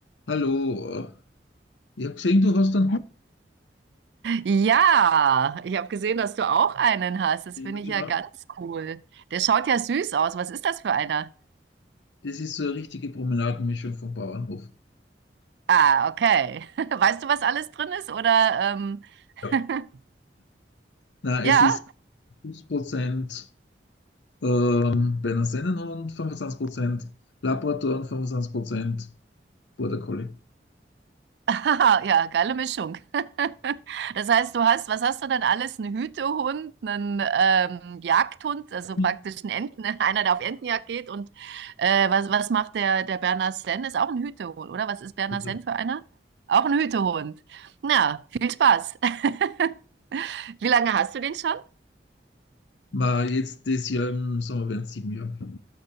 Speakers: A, on the left; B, on the right.
A: Hallo, äh, ich habe gesehen, du hast einen Hund.
B: Ja, ich habe gesehen, dass du auch einen hast. Das
A: Ja,
B: finde
A: genau.
B: ich ja ganz cool. Der schaut ja süß aus. Was ist das für einer?
A: Das ist so eine richtige Promenadenmischung vom Bauernhof.
B: Ah, okay. <laughs> Weißt du, was alles drin ist? Oder ähm,
A: Ja.
B: <laughs>
A: Na,
B: ja?
A: es ist 50% ähm, Berner Sennenhund, 25% Labrador und 25% Border Collie.
B: <laughs> Aha, ja, geile Mischung. <laughs> Das heißt, du hast, was hast du dann alles? Einen Hütehund, einen ähm, Jagdhund, also
A: Mhm.
B: praktisch einen Enten, <laughs> einer, der auf Entenjagd geht. Und äh, was, was macht der, der Berner Senn? Ist auch ein Hütehund, oder? Was ist Berner
A: Bitte.
B: Senn für einer? Auch ein Hütehund. Na, viel Spaß. <laughs> Wie lange hast du den schon?
A: Ma, jetzt das Jahr im Sommer werden es sieben Jahre.